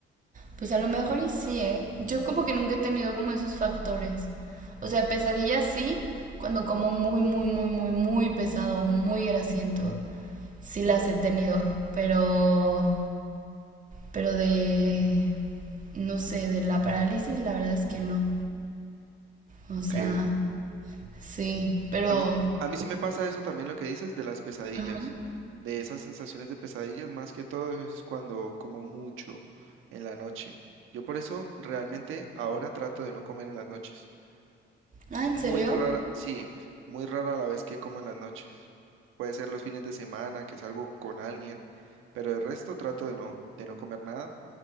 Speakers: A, on the right; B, on the right.
A: pues a lo mejor y sí, ¿eh? Yo como que nunca he tenido como esos factores. O sea, pesadillas sí, cuando como muy, muy, muy, muy, muy pesado, muy grasiento, sí las he tenido, pero... Pero de, no sé, de la parálisis, la verdad es que no. O
B: Ok.
A: sea, sí, pero...
B: A mí, a mí sí me pasa eso también lo que dices de las pesadillas,
A: Ajá.
B: de esas sensaciones de pesadillas, más que todo es cuando como mucho en la noche. Yo por eso realmente ahora trato de no comer en las noches. Es
A: Ah, ¿en
B: muy
A: serio?
B: rara, sí, muy rara la vez que como en las noches. Puede ser los fines de semana, que salgo con alguien, pero el resto trato de no, de no comer nada